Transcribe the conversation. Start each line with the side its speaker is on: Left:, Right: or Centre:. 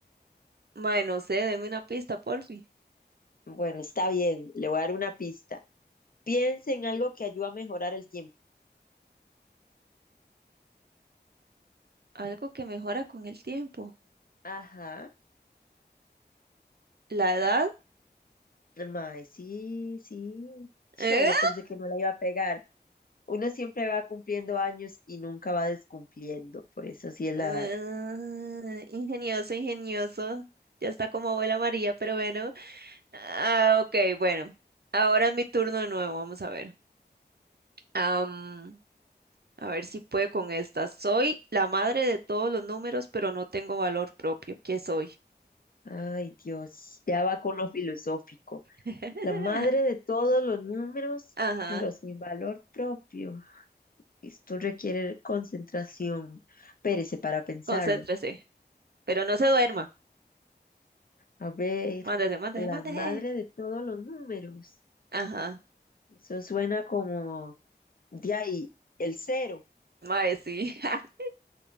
Right: Mae, no sé, deme una pista, porfi.
Left: Bueno, está bien, le voy a dar una pista. Piense en algo que ayuda a mejorar el tiempo.
Right: Algo que mejora con el tiempo.
Left: Ajá.
Right: ¿La edad?
Left: Mae, sí, sí. Cho,
Right: ¿Eh?
Left: yo pensé que no la iba a pegar. Uno siempre va cumpliendo años y nunca va descumpliendo. Por eso sí es
Right: Ah,
Left: la edad.
Right: ingenioso, ingenioso. Ya está como abuela María, pero bueno. Ah, ok, bueno. Ahora es mi turno de nuevo, vamos a ver. Am, a ver si puede con esta. Soy la madre de todos los números, pero no tengo valor propio. ¿Qué soy?
Left: Ay, Dios. Ya va con lo filosófico.
Right: <laughs>
Left: La madre de todos los números,
Right: Ajá,
Left: pero sin valor propio. Esto requiere concentración. Pérese para pensarlo.
Right: concéntrese, pero no se duerma.
Left: A ver,
Right: Mándese, mándese,
Left: la
Right: mándese.
Left: madre de todos los números.
Right: Ajá,
Left: Eso suena como de ahí, el cero.
Right: mae, sí. <laughs>